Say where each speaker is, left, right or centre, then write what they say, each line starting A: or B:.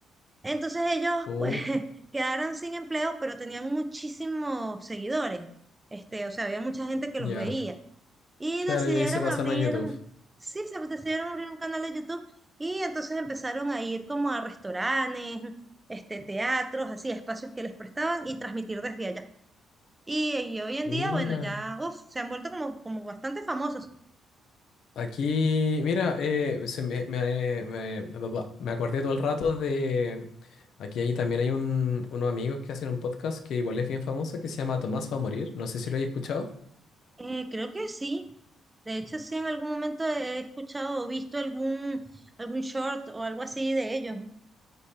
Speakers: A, on the right; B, on the left.
A: entonces ellos
B: Oh,
A: pues, <laughs> quedaron sin empleo, pero tenían muchísimos seguidores. Este, o sea, había mucha gente que
B: ya.
A: los veía. Y
B: Claro,
A: decidieron
B: ya ahí se pasaron
A: abrir,
B: a YouTube.
A: sí, se decidieron abrir un canal de YouTube y entonces empezaron a ir como a restaurantes, este, teatros, así, espacios que les prestaban y transmitir desde allá. Y, y hoy en
B: Mira.
A: día, bueno, ya uf, se han vuelto como, como bastante famosos.
B: Aquí, mira, eh, se me, me, me- bla, bla, me acordé todo el rato de... Aquí ahí también hay un, unos amigos que hacen un podcast que igual es bien famoso que se llama Tomás va a morir. No sé si lo hayas escuchado.
A: Eh, creo que sí. De hecho, sí, en algún momento he escuchado o visto algún, algún short o algo así de ellos.